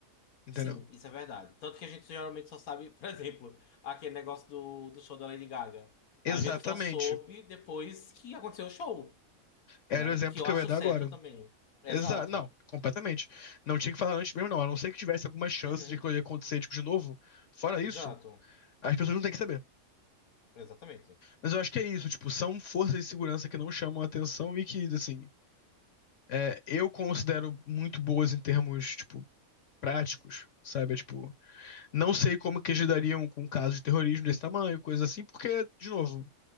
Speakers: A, on the left (about 65°); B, on the left (about 90°).
A: entendeu?
B: Sim, isso é verdade. Tanto que a gente geralmente só sabe, <laughs> por exemplo, aquele negócio do, do show da Lady Gaga.
A: Exatamente.
B: A gente só soube depois que aconteceu o show,
A: Era
B: né?
A: o exemplo
B: Que eu
A: que
B: acho
A: eu ia dar
B: certo
A: agora.
B: também. Exato.
A: Exa não, completamente. Não tinha que falar antes mesmo, não. A não ser que tivesse alguma chance
B: Uhum.
A: de aquilo acontecer, tipo, de novo. Fora isso,
B: Exato.
A: as pessoas não têm que saber.
B: Exatamente.
A: Mas eu acho que é isso, tipo, são forças de segurança que não chamam atenção e que, assim, é, eu considero muito boas em termos, tipo, práticos, sabe? É, tipo, Não sei como que eles lidariam com um caso de terrorismo desse tamanho, coisa assim, porque, de novo,